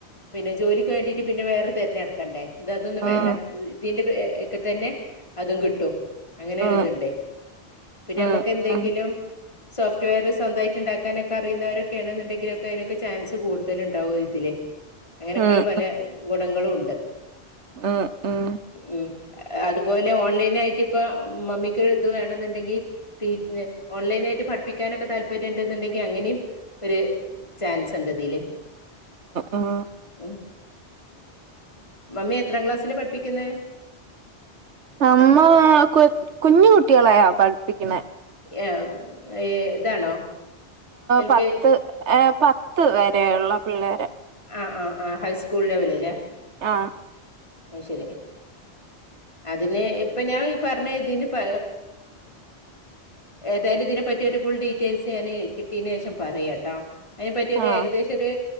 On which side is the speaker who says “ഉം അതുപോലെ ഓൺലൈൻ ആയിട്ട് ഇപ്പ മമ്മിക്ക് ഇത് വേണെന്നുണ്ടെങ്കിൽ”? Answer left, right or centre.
Left